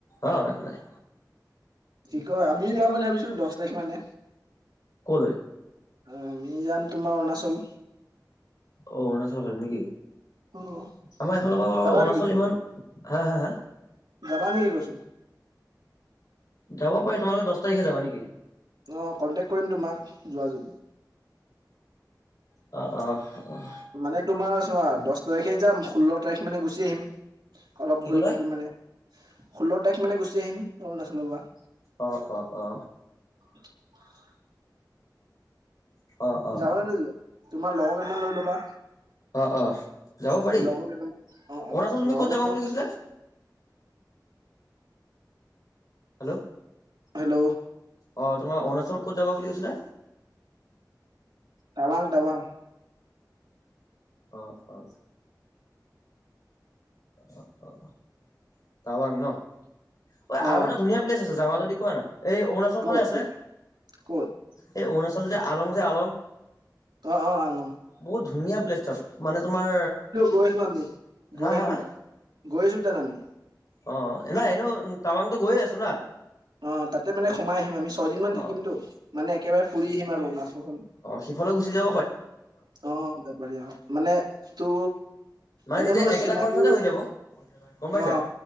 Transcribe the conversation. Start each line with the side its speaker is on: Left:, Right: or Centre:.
Left: অ' একো নাই।
Right: কি কয় আমিও যাওঁ মানে ভাবিছোঁ দশ তাৰিখ মানে।
Left: কলৈ
Right: অ' আমি যাম তোমাৰ অৰুণাচল।
Left: অ' অৰুণাচলৰ ফালে নেকি?
Right: অ',
Left: আমাৰ এফালৰ পৰাও
Right: যাবা
Left: অৰুণাচল
Right: নেকি?
Left: ইমান, হা হা হা?
Right: যাবা নেকি কৈছো?
Left: যাব পাৰি, তোমালোকে দহ তাৰিখে যাবা নেকি?
Right: অ', কন্টেক্ট কৰিম তোমাক, যোৱা যদি।
Left: অ', অ'।
Right: মানে তোমাৰ চোৱা দহ তাৰিখে যাম, ষোল্ল তাৰিখ মানে গুচি আহিম। অলপ
Left: কি
Right: ঘূৰি
Left: ক'লা?
Right: পকিম মানে, ষোল্ল তাৰিখ মানে গুচি আহিম অৰুণাচলৰ পৰা।
Left: অ', অ', অ'।
Right: <inaudible>
Left: অ', অ',
Right: যাবা নে নোযোৱা? তোমাৰ লগৰ কেইটামান লৈ ল'বা।
Left: অ', অ', যাব পাৰি
Right: লগৰ কেইটা অ'-অ'
Left: অৰুণাচল তুমি
Right: লগৰকেইটা
Left: ক'ত যাবা বুলি
Right: <inaudible>
Left: কৈছিলা? হেল্ল'।
Right: হেল্ল'।
Left: অ', তোমাৰ অৰুণাচল ক'ত যাবা বুলি কৈছিলা?
Right: টাৱাং টাৱাং
Left: অ', অ'। অ', অ'। টাৱাং ন? ঐ,
Right: অ
Left: আৰু এটা ধুনীয়া প্লেছ আছ যাবা যদি কোৱা না? এই অৰুণাচল
Right: ক'ত
Left: ফালে আছে।
Right: ক'ত
Left: এই অৰুণাচল আচল যে আলং যে আলং।
Right: অ', -অ' আহ লম।
Left: বহুত ধুনীয়া প্লেছত। মানে তোমাৰ
Right: গৈ আহিলো আমি
Left: হাঁ,
Right: গৈ আহিলো
Left: হাঁ, হাঁ।
Right: গৈ আছো তাত আমি
Left: অ' নাই এনেও টাবাংতো গৈ আছো না।
Right: অ', তাতে মানে সোমাই আহিম আমি ছয়দিনমান থাকিমতো,
Left: অ',
Right: মানে একেবাৰে ফুৰি আহিম আৰু অৰুণাচলখন।
Left: সিফালেও গুচি যা
Right: অ', ত পাৰি অ'। মানে তো
Left: মানে
Right: এনে
Left: তেতিয়া
Right: মোৰ
Left: একেটা
Right: চিনাকি
Left: খৰচতে হৈ যাব, গম পাইছা?
Right: অ